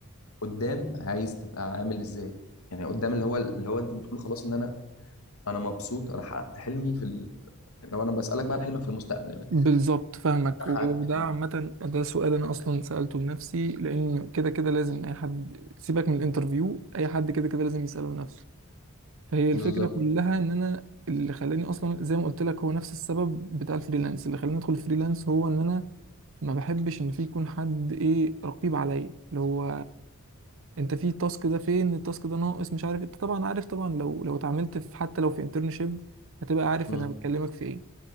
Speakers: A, on the left; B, on the right.
A: قدام عايز تبقى عامل ازاي يعني قدام اللي هو اللي هو انت بتقول خلاص ان انا انا مبسوط انا حققت حلمي في ال... لو انا بسالك بقى عن حلمك في المستقبل يعني من الاخر
B: بالظبط فاهمك
A: انا
B: وده
A: حققت حلمي.
B: عامة ده سؤال أنا أصلا سألته لنفسي لأن كده كده لازم أي حد سيبك من الانترفيو أي حد كده كده لازم يسأله لنفسه فهي
A: بالظبط
B: الفكرة كلها إن أنا اللي خلاني أصلا زي ما قلت لك هو نفس السبب بتاع الفريلانس اللي خلاني أدخل الفريلانس هو إن أنا ما بحبش إن في يكون حد إيه رقيب عليا اللي هو أنت في التاسك ده فين التاسك ده ناقص مش عارف أنت طبعا عارف طبعا لو لو اتعاملت في حتى لو في انترنشيب هتبقى عارف
A: مم.
B: أنا بتكلمك في إيه